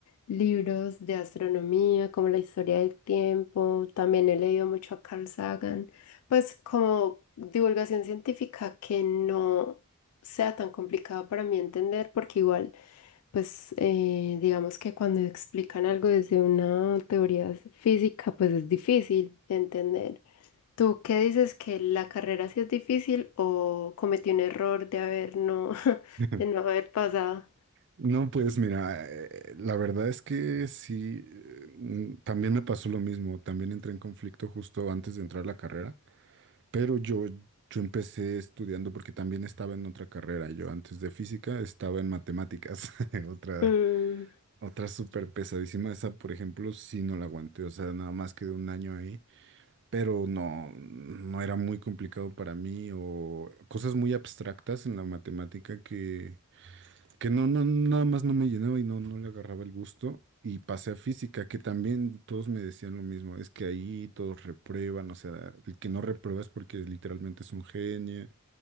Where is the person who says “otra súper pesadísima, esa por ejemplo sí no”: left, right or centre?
Right